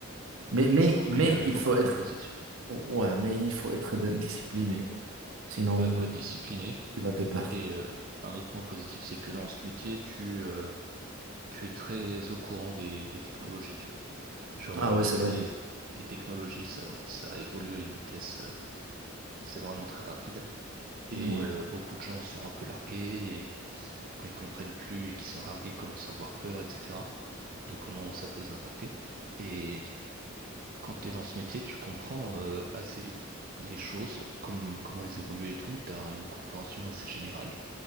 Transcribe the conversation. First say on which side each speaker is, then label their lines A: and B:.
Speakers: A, on the right (about 80°); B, on the right (about 45°).
A: Mais, mais,
B: je pense
A: mais
B: qu'il y a, il y
A: il
B: a beaucoup
A: faut
B: de
A: être,
B: points positifs.
A: ouais, mais il faut être discipliné. Sinon,
B: Ouais, il faut être discipliné.
A: tu vas te perdre.
B: Et euh, un autre point positif, c'est que dans ce métier, tu euh, tu es très au courant des, des technologies, tu vois. Genre,
A: Ah
B: euh,
A: ouais, c'est
B: tu
A: vrai.
B: sais, les, les technologies, ça, ça évolue à une vitesse, euh, c'est vraiment très rapide. Et
A: Ouais,
B: euh, beaucoup de gens sont un peu largués et quand ils comprennent plus et qu'ils sont largués, ils commencent à avoir peur, etc., de comment ça peut les impacter. Et quand tu es dans ce métier, tu comprends euh, assez vite les choses, comme, comment elles évoluent et tout. Tu as une compréhension assez générale.